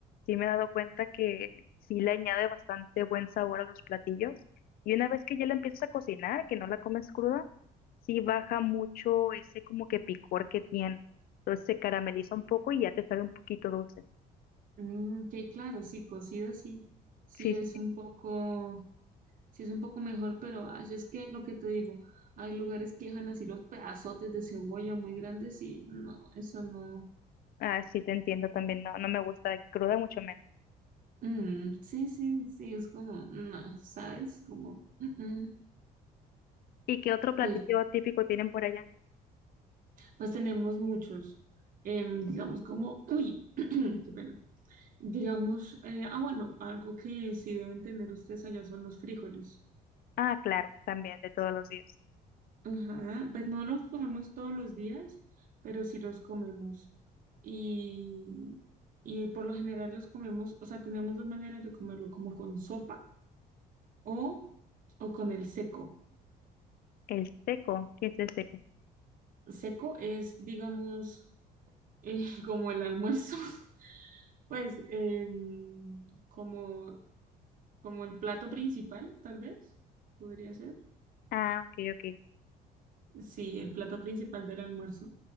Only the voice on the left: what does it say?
sí me he dado cuenta que sí le añade bastante buen sabor a los platillos. Y una vez que ya la empiezas a cocinar, que no la comes cruda, sí baja mucho ese como que picor que tiene. Entonces se carameliza un poco y ya te sabe un poquito dulce.
Sí,
sí.
Ah, sí, te entiendo también. No, no me gusta cruda, mucho menos.
¿Y qué otro platillo
típico tienen por allá?
Ah, claro, también de todos los días.
El seco, ¿qué es el seco?
Ah, ok, ok.